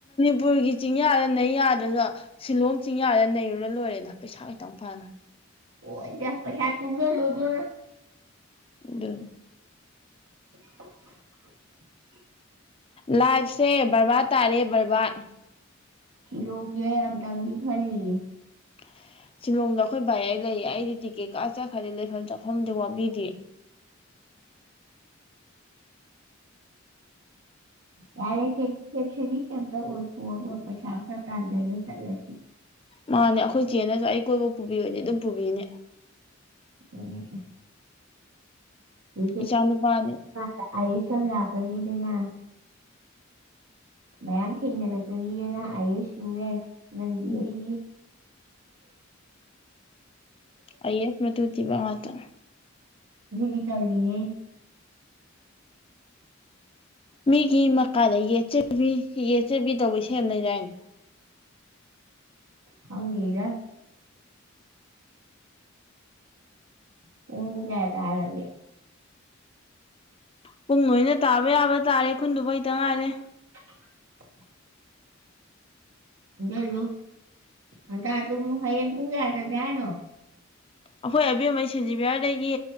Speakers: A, on the left (about 25°); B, on the right (about 70°).
A: ꯃꯅꯤꯄꯨꯔꯒꯤ ꯆꯤꯡꯌꯥꯗ ꯅꯩ ꯌꯥꯗ꯭ꯔꯁꯨ ꯁꯤꯂꯣꯡ ꯆꯤꯡꯌꯥꯗ ꯅꯩꯔꯨꯔ ꯂꯣꯏꯔꯦꯗ ꯄꯩꯁꯥ ꯈꯤꯇꯪ ꯐꯉꯦ
B: ꯑꯣꯗ ꯄꯁꯥꯏ ꯇꯨꯒ ꯂꯣ ꯑꯗꯨ
A: ꯗ
B: <unintelligible> <unintelligible>
A: ꯂꯥꯏꯐꯁꯦ ꯕꯔꯕꯥꯔ ꯇꯥꯔꯦ ꯕꯔꯕꯥꯠ
B: ꯁꯤꯂꯣ ꯌꯥ ꯑꯇꯒꯤ ꯐꯌꯦ
A: <unintelligible> ꯁꯤꯂꯣꯡꯗ ꯑꯩꯈꯣꯏ ꯚꯏ ꯑꯩ ꯂꯩꯌꯦ ꯑꯩꯗꯤ ꯇꯤꯛꯀꯦꯠ ꯀꯥ ꯆꯠꯈ꯭ꯔꯗꯤꯦ ꯂꯩꯐꯝ ꯆꯥꯐꯝꯗꯤ ꯋꯥꯕꯤꯗꯦ <inaudible>
B: ꯌꯥꯔꯁ ꯀꯇ ꯑꯣꯁ ꯈ ꯀ꯭ꯔꯥꯖꯜꯅꯦ ꯆꯂꯁꯤ
A: ꯃꯥꯅꯦ ꯑꯩꯈꯣꯏ ꯆꯦꯅꯁꯨ ꯑꯩ ꯀꯣꯏꯕ ꯄꯨꯕꯤꯕꯅꯦ ꯑꯗꯨꯝ ꯄꯨꯕꯤꯅꯦ
B: ꯍꯉꯁ ꯦ
A: ꯏꯆꯥ ꯅꯨꯄꯥꯅꯤ
B: ꯀ ꯑꯌꯦꯁꯝ ꯂꯥꯛꯀꯅꯤꯗꯅ ꯃꯌꯥꯝ ꯊꯦꯡꯗꯅ ꯀꯅꯤꯅ ꯑꯏꯁ ꯅꯅꯨꯡꯑꯁ ꯅꯪꯒꯤ
A: ꯎꯝ
B: ꯑꯩ
A: ꯑꯌꯦꯁ ꯃ ꯇ ꯊꯤꯕ ꯃꯥꯇ
B: ꯑꯗꯨꯗꯤ ꯆꯅꯤꯌꯦ
A: ꯃꯤꯒꯤ ꯃꯀꯥꯗ ꯌꯦꯠꯆꯕꯤ ꯌꯦꯠ ꯆꯕꯤ ꯇꯧꯕꯩ ꯁꯦꯝ ꯂꯩꯗꯥꯏꯩꯅ <inaudible>
B: ꯍꯤꯒ ꯄꯨꯡ ꯀꯌꯥ ꯇꯥ ꯂꯒꯦ
A: ꯄꯨꯡ ꯅ ꯑꯣꯏꯅ ꯇꯥꯕ ꯌꯥꯕ ꯇꯥꯔꯦ ꯈꯨꯟꯗꯨꯕꯨ ꯍꯇ ꯉꯥꯏꯔꯦ
B: <inaudible> ꯦꯂꯨ ꯑ ꯇ ꯇꯨꯨ ꯍꯌꯦ ꯄꯨꯡꯒꯌꯥ ꯆ ꯌꯥꯥꯏ ꯅꯣ
A: ꯑꯩꯈꯣꯏ ꯑꯕꯦꯝꯃꯩ ꯁꯦꯟꯖꯤꯕꯤꯌꯥꯔꯗꯒꯤ